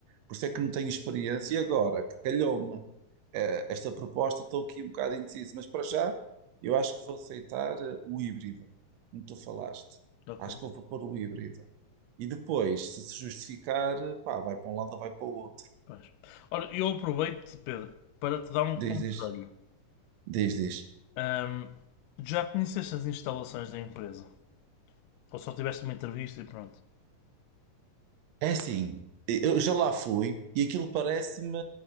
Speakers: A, on the right; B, on the left.
A: Por isso é que não tenho experiência. E agora, que calhou-me eh, esta proposta, estou aqui um bocado indeciso, mas para já eu acho que vou aceitar eh, o híbrido, como tu falaste.
B: Ok,
A: Acho que vou propor o híbrido. E depois, se se justificar, eh, pá, vai para um lado ou vai para o outro.
B: pois. Ora, eu aproveito, Pedro, para te dar um conselho.
A: Diz, diz, diz, diz.
B: Ahm, já conheceste as instalações da empresa? Ou só tiveste uma entrevista e pronto?
A: É assim, eu já lá fui e aquilo parece-me.